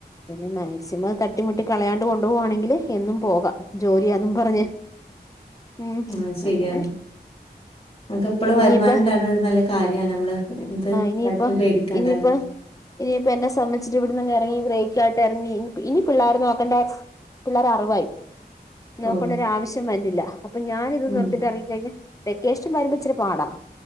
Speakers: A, on the left (about 20°); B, on the left (about 35°).
A: പിന്നെ ചുമ്മാ തട്ടിമുട്ടി കളയാണ്ട് കൊണ്ടു പോവാണെങ്കിൽ എന്നും പോകാം ജോലിയന്നും പറഞ്ഞ് ഉം
B: ആഹ് ശരിയാണ്
A: അങ്ങനെ
B: നമക്ക് എപ്പളും
A: ഇനിയിപ്പ
B: വരുമാനം ഉണ്ടാണ് നല്ല കാര്യണ് നമ്മള് എന്ത്
A: ഇനിപ്പ
B: കാര്യത്തിനും പേടിക്കണ്ടല്ലോ.
A: ഇനിയിപ്പ ഇനിയിപ്പൊ എന്നെ സംബധി് ഇവിടന്ന്ന്ന ഇങ്ങി ബ്രേക്കായിട്ട് ഇറങ്ങി ഇനി ഇനി പിള്ളേർ നോക്കണ്ട പിള്ളേരെ അറിവായി നോക്കണ്ട
B: ഓഹ്
A: ഒരു ആവശ്യം വന്നില്ല അപ്പൊ ഞാനിത്
B: ഉം
A: നിർത്തിട്ട ഇറങ്ങിക്കഴിഞ്ഞാൽ വെക്കേഷന് വരമിച്ചരു പാടാ